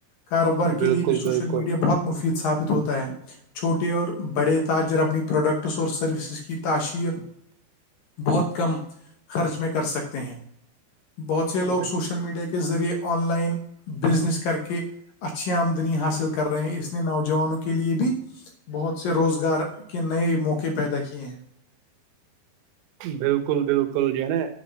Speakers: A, on the left; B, on the right.
A: کاروبار
B: بالکل
A: کے لیے بھی سوشل
B: بالکل
A: میڈیا بہت مفید ثابت ہوتا ہے چھوٹے اور بڑے تاجر اپنی پروڈکٹس اور سروسز کی تاشیر بہت کم خرچ میں کر سکتے ہیں بہت سے لوگ
B: بل-
A: سوشل میڈیا کے کے ذریعے آن لائن بزنس کر کے اچھی آمدنی حاصل کر رہے ہیں اس نے نوجوانوں کے لیے بھی بہت سے روزگار کے نئے موقع پیدا کیے ہیں
B: بالکل بالکل جو ہے نا